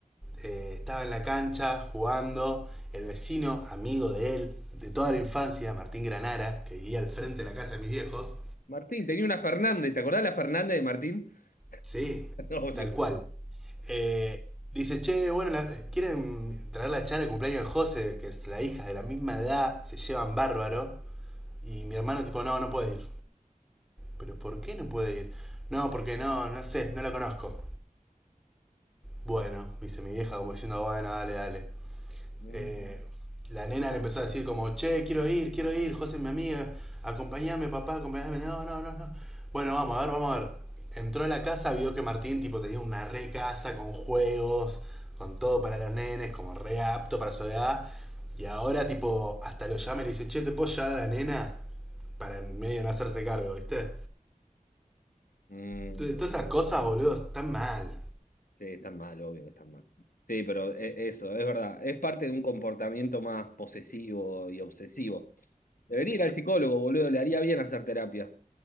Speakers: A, in the centre; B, on the left.
A: eh, estaba en la cancha jugando, el vecino, amigo de él, de toda la infancia, Martín Granara, que vivía al frente de la casa de mis viejos,
B: Martín, tenía una Fernández, ¿te acordás la Fernández de Martín?
A: sí,
B: <laughs> Obvio.
A: tal cual. Eh, dice, che, bueno, la- quieren traer la charla de cumpleaños de José, que es la hija de la misma edad, se llevan bárbaro. Y mi hermano tipo, no, no puede ir. ¿Pero por qué no puede ir? No, porque no, no sé, no la conozco. Bueno, dice mi vieja como diciendo, bueno, dale, dale.
B: Mm,
A: eh, la nena le empezó a decir como, che, quiero ir, quiero ir, José es mi amiga, acompáñame papá, acompáñame no, no, no, no. Bueno, vamos a ver, vamos a ver. Entró a la casa, vio que Martín tipo tenía una re casa con juegos, con todo para los nenes, como re apto para su edad. Y ahora tipo, hasta lo llama y le dice, che, ¿te puedo llevar a la nena? Para en medio no hacerse cargo, ¿viste?
B: mm,
A: Entonces, todas esas cosas, boludo, están mal.
B: sí, están mal, obvio que están mal. Sí, pero e- eso, es verdad. Es parte de un comportamiento más posesivo y obsesivo. Debería ir al psicólogo, boludo, le haría bien hacer terapia.